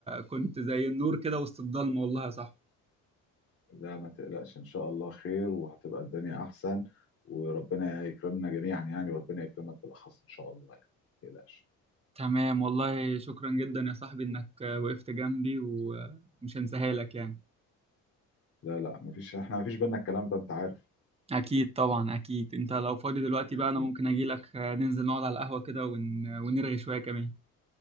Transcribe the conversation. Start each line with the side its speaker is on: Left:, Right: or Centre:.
Right: كنت زي النور كده وسط الضلمه والله يا صاحبي
Left: لا ما تقلقش ان شاء الله خير وهتبقى الدنيا احسن وربنا يكرمنا جميعا يعني وربنا يكرمك بالاخص ان شاء الله يعني ما تقلقش
Right: تمام والله شكرا جدا يا صاحبي انك آه، وقفت جنبي ومش هنساها لك يعني
Left: لا لا ما فيش احنا ما فيش بينا الكلام ده انت عارف
Right: اكيد طبعا اكيد انت لو فاضي دلوقتي بقى
Left: اكيد
Right: انا ممكن اجي لك آه، ننزل نقعد على القهوه كده ون... ونرغي شويه كمان